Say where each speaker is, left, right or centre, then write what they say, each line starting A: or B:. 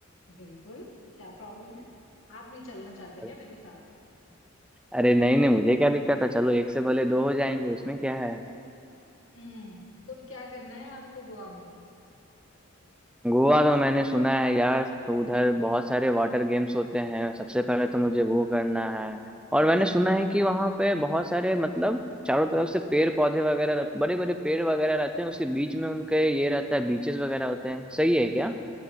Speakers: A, on the left; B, in the centre.
A: बिल्कुल क्या प्रॉब्लम है आप नहीं चलना चाहते
B: अरे
A: क्या मेरे साथ
B: अरे नहीं नहीं मुझे क्या दिक्कत है चलो एक से भले दो हो जाएंगे उसमें क्या है
A: हम्म तो क्या करना है आपको गोवा में
B: गोवा तो मैंने सुना है यार तो उधर बहुत सारे वाटर गेम्स होते हैं सबसे पहले तो मुझे वो करना है और मैंने सुना है कि वहां पे बहुत सारे मतलब चारों तरफ से पेड़ पौधे वगैरह बड़े बड़े पेड़ वगैरह रहते हैं उसके बीच में उनके ये रहता है बीचेस वगैरह होते हैं सही है क्या